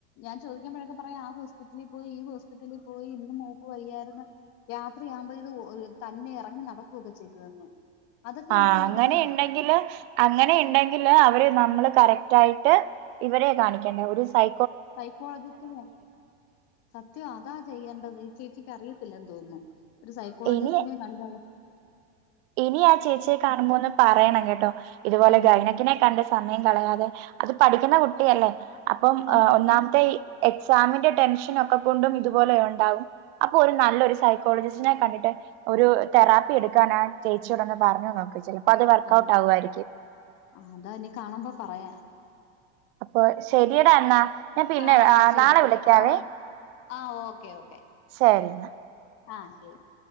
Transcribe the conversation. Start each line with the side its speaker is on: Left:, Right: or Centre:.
Left: ഞാൻ ചോദിക്കുമ്പോഴേക്കെ പറയും. ആ ഹോസ്പിറ്റലിൽ പോയി ഈ ഹോസ്പിറ്റലിൽ പോയി ഇന്ന് മോ ക്കു വയ്യായ്ര്ന്നു. രാത്രിയാകുമ്പോ ഇത് തന്നെ എറങ്ങി നടക്കൊക്കെ ചെയ്യുവെന്ന്. അതൊക്കെ
Right: ആഹ്
Left: എന്തുവായിരിക്കും
Right: അങ്ങനെ ഇണ്ടെങ്കില് അങ്ങനെ ഇണ്ടെങ്കില് അവരെ നമ്മള് കറക്റ്റ് ആയ്ട്ട് ഇവരെ കാണിക്കണ്ട ഒരു സൈ
Left: സൈക്കോളജിസ്റ്റിനെ സത്യം അതാ ചെയ്യേണ്ടത് ഈ ചേച്ചി ക്കറിയത്തില്ലന്ന് തോന്ന്ന്നു. ഒരു സൈക്കോളജിസ്റ്റിനെ
Right: ഇനി
Left: കാണിക്കാ
Right: ഇനി ആ ചേച്ചിയെ കാണുമ്പോന്ന് പറയണം കേട്ടോ ഇതുപോലെ
Left: ആഹ്
Right: ഗൈനക്കിനെ കണ്ട മയം കളയാതെ അത് പഠിക്കുന്ന കുട്ടിയല്ലേ. അപ്പം
Left: ആന്ന് പഠിക്കുന്നു
Right: ഒന്നാംത്തെ എക്സാമിന്റെ ടെൻഷൻ ഒക്കെ കൊണ്ടും ഇതുപോലെ ഒണ്ടാവും. അപ്പോ ഒര് നല്ലൊരു സൈക്കോളജിസ്റ്റിനെ കണ്ടിട്ട് ഒരു തെറാപ്പി എട്ക്കാൻ ചേച്ചിയോടെന്ന് പറഞ്ഞ് നോക്ക്. ചിലപ്പോ അത് വർക്കൗട്ട്
Left: ആഹ്
Right: ആകുമായിരിക്കും
Left: ആ അതാ ഇനി കാണുമ്പോ പറയാ.
Right: അപ്പൊ ശരിടാ എന്നാ. ഞാൻ പിന്നെ
Left: ആഹ് ശരി
Right: നാളെ
Left: ശരി
Right: വിളിക്കാവേ
Left: ആഹ് ആഹ് ഓക്കെ ഓക്കെ.
Right: ശരി എന്നാ
Left: ആഹ് ശരി